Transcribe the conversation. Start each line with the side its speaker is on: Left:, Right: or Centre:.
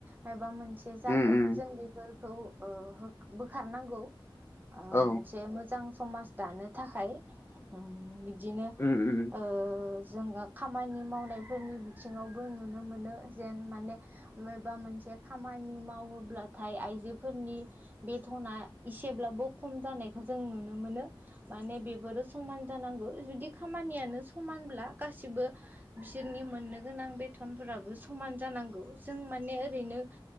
Right: मायबा मोन से जागोन
Left: उम उम
Right: जों बेफोर खौ ओ बोखारनांगौ। ओ
Left: औ
Right: मोनसे मोजां समाज दानो थाखाय उम बि बिदिनो
Left: उम उम
Right: ओ जोङो खामानि मावनायफोरनि बिथिङावबो नुनो मोनो जेन माने मेबा मोनसे खामानि मावोब्लाथाय आइजोफोरनि बेथ'ना एसेब्लाबो खम जानायखौ जों नुनो मोनो माने बेफोरो समान जानांगौ जुदि खामानियानो समानब्ला गासिबो बिसोरनि मोननो गोनां बेथनफोराबो समान जानांगौ जों माने ओरैनो